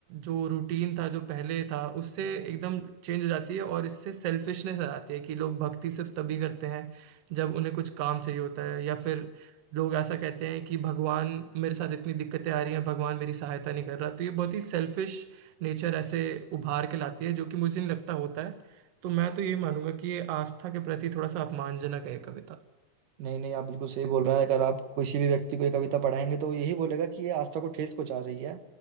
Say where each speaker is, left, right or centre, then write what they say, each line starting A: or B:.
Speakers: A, on the right (about 60°); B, on the right (about 85°).
A: जो रूटीन था जो पहले था उससे एकदम चेंज हो जाती है और इससे सेल्फिशनेस आ जाती है कि लोग भक्ति सिर्फ तभी करते हैं जब उन्हें कुछ काम चाहिए होता है या फिर लोग ऐसा कहते हैं कि भगवान मेरे साथ इतनी दिक्कतें आ रही हैं भगवान मेरी सहायता नहीं कर रहा तो ये बहुत ही सेल्फिश नेचर ऐसे उभार के लाती है जो कि मुझे नहीं लगता होता है तो मैं तो ये मानूंगा कि ये आस्था के प्रति थोड़ा सा अपमानजनक है ये कविता
B: नहीं नहीं आप बिल्कुल सही बोल रहे हैं अगर आप किसी भी व्यक्ति को ये कविता पढ़ाएंगे तो वो यही बोलेगा कि ये आस्था को ठेस पहुंचा रही है